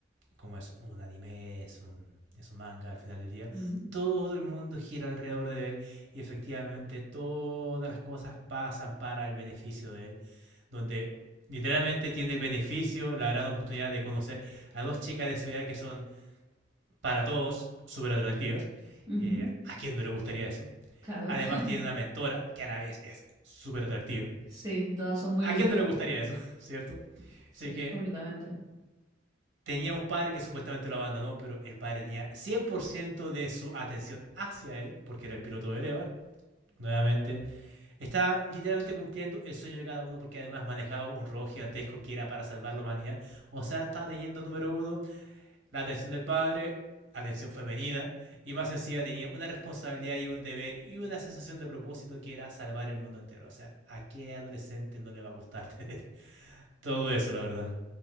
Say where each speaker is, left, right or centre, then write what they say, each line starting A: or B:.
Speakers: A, on the right; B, on the right.
A: como es un anime, es un, es un manga al final del día,
B: Mm,
A: todo el mundo gira alrededor de él y efectivamente todas las cosas pasan para el beneficio de él, donde literalmente tiene el beneficio, la gran oportunidad de conocer a dos chicas de su edad que son para todos súper atractivas.
B: ujú,
A: Eh, ¿A quién no le gustaría eso?
B: Claro,
A: Además
B: <laughs>
A: tiene una mentora que a la vez es súper atractiva.
B: sí, todas son muy
A: ¿A
B: lindas.
A: quién no le gustaría eso? <laughs> ¿Cierto?
B: Sí,
A: Así que
B: completamente.
A: tenía un padre que supuestamente lo abandonó, pero el padre tenía 100% de su atención hacia él, porque era el piloto de Eva. Nuevamente, está literalmente cumpliendo el sueño de cada uno, porque además manejaba un robot gigantesco que era para salvar la humanidad. O sea, estaba teniendo número uno la atención del padre, atención femenina, y más sencilla tenía una responsabilidad y un deber y una sensación de propósito que era salvar el mundo entero. O sea, ¿a qué adolescente no le va a gustar <laughs> tener todo eso, la verdad?